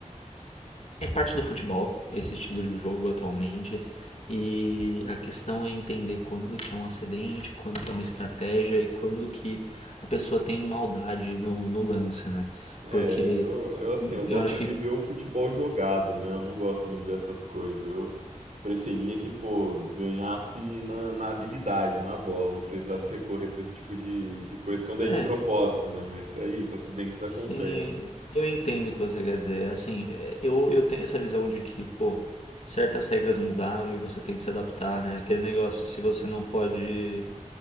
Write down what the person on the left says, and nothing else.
É parte do futebol, esse estilo de jogo atualmente. E a questão é entender quando que é um acidente, quando que é uma estratégia e quando que a pessoa tem maldade no, no lance, né?
Porque
eu acho
que.
É,
sim, eu entendo o que você quer dizer. Assim, é, eu, eu tenho essa visão de que, pô, certas regras mudaram e você tem que se adaptar, né? Aquele negócio, se você não pode